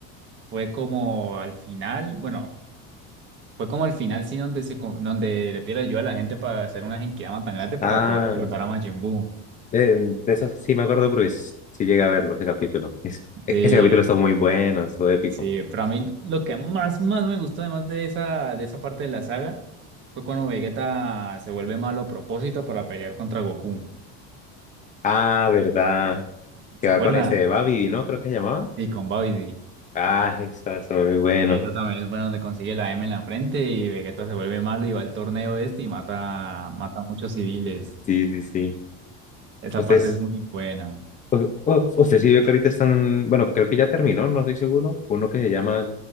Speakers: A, on the right; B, on the left.
A: fue como al final, bueno, fue como al final sí donde se con- donde le pide ayuda a la gente para hacer una Genkidama tan grande para
B: Ah,
A: poder derrotar a Majin Buu.
B: de, de eso sí me acuerdo porque s- sí llegué a verlo, ese capítulo. Es- e-
A: Sí,
B: ese capítulo está muy bueno, estuvo épico.
A: sí, para mí lo que más más me gustó además de esa de esa parte de la saga fue cuando Vegeta se vuelve malo a propósito para pelear contra Goku.
B: Ah, verdad, que
A: ¿Se
B: va
A: acuerdan?
B: con ese Babi, ¿no? Creo que se llamaba.
A: Sí, con Babidi.
B: Ah, eso está muy bueno.
A: Eso también es bueno donde consigue la M en la frente y Vegeta se vuelve malo y va al torneo este y mata, mata a muchos civiles.
B: Sí, sí, sí.
A: Esa
B: Entonces,
A: parte es muy buena.
B: U- u- Usted sí vio que ahorita están, bueno, creo que ya terminó, no estoy seguro, uno que se llama